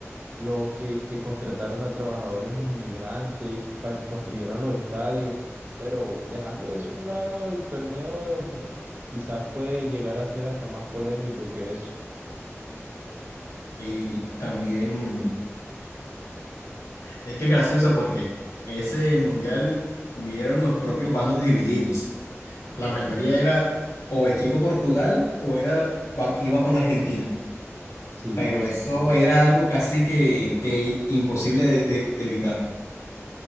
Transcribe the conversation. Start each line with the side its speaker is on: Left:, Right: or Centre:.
Right: los que, que contrataron a trabajadores inmigrantes para que construyeran los estadios, pero dejando eso a un lado, el torneo ujú, quizás puede llegar a ser hasta más polémico que eso.
Left: y también, es que es gracioso porque ese mundial hubieron los propios bandos divididos. La mayoría era o equipo Portugal o era va- iba con Argentina,
Right: Sí,
Left: pero
Right: es
Left: eso
Right: cierto.
Left: era algo casi que, que imposible de, de- de evitar.